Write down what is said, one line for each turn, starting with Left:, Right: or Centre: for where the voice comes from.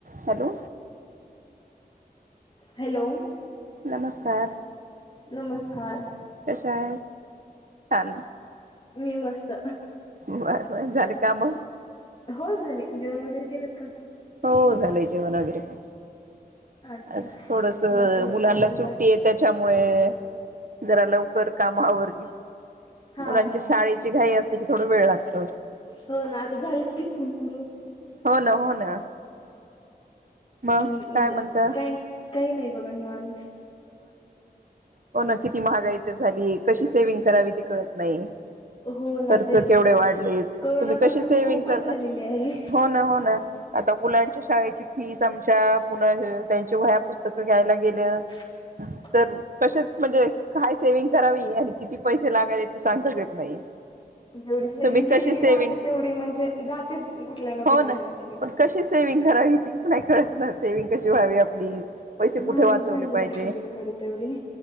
Right: Hello
Left: hello
Right: नमस्कार
Left: नमस्कार
Right: कशा आहे छान
Left: मी मस्त
Right: बर बर झाले का मग
Left: हो झाली जेवण वगैरे केलंत का
Right: हो झालंय जेवण वगैरे पण
Left: अच्छा
Right: आज थोडस
Left: बाकी मग
Right: मुलांना
Left: काय म्हणताय?
Right: सुट्टी आहे त्याच्यामुळे जरा लवकर कामावरगे
Left: हा
Right: मुलांची
Left: हा
Right: शाळेची
Left: हा
Right: घाई असली की थोडं वेळ लागत
Left: हो ना आता झालं की स्कूल सुरू
Right: हो ना हो ना मग
Left: अजून म्हणजे
Right: काय म्हणता
Left: काही काही नाही बघा निवां
Right: हो ना किती महागा इ तरर झाली कशी सेव्हंग करावी ते कळत नाही
Left: हो ना
Right: खर्च
Left: ते
Right: केवढे वाढलेत
Left: करोना
Right: तुम्ही
Left: पासून
Right: कशी सेविंग
Left: तर खूपच
Right: करता
Left: झालेली आहे.
Right: हो ना हो ना आता मुलांच्या शाळेची फीस आमच्या पुन्हा त्यांची वया पुस्तकं घ्यायला गेलं
Left: ह
Right: तर कसेच म्हणजे काय सेविंग करावी आणि किती पैसे लागायले ते सांगताच येत नाही
Left: जेवढी सेव्हंग
Right: तुम्ही
Left: केलेली
Right: कशी सेविंग
Left: राहते तेवढी म्हणजे जातेच कुठल्या ना कुठल्या
Right: हो
Left: हे
Right: पण कशी सेविंग करावी तेच नाही कळत ना सेविंग कशी व्हावी आपली पैसे
Left: महागाई
Right: कुठे वाचवले
Left: झाली आहे
Right: हिे
Left: सगळीकडे तेवढी